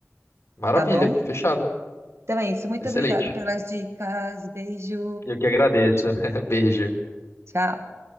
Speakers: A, on the left; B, on the right.
A: Maravilha,
B: tá bom?
A: fechado.
B: Então é isso, muito
A: Excelente.
B: obrigada pelas dicas, beijo!
A: Eu que agradeço. <laughs> Beijo.
B: Tchau.